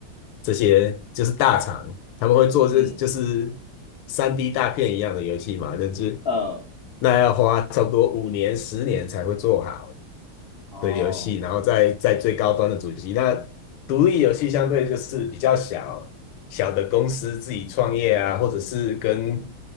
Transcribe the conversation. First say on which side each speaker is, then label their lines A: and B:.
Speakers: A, on the left (about 80°); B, on the left (about 45°).
A: 这些就是大厂，他们会做这就是
B: 嗯
A: 三 D 大片一样的游戏嘛，那就是
B: 嗯，
A: 那要花差不多五年十年才会做好，
B: 哦
A: 的游戏，然后在在最高端的主机。那独立游戏相对就是比较小小的公司自己创业啊，或者是跟